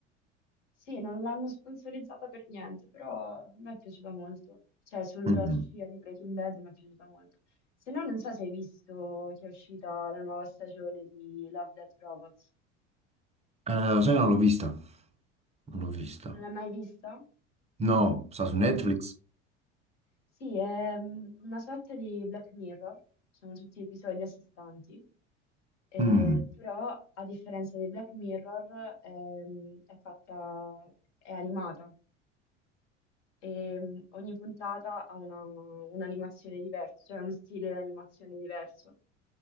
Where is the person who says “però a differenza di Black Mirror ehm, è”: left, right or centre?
Left